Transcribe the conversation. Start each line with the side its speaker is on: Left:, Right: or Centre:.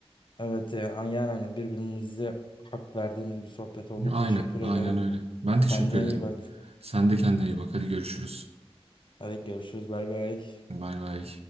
Left: Evet e, aynen aynen birbirimize hak verdiğimiz bir sohbet oldu.
Right: Aynen.
Left: Teşekkür
Right: Aynen
Left: ederim.
Right: öyle. Ben teşekkür
Left: Kendine
Right: ederim.
Left: iyi bak.
Right: Sen de kendine iyi bak. Hadi görüşürüz.
Left: Hadi görüşürüz bay bay.
Right: Bay bay.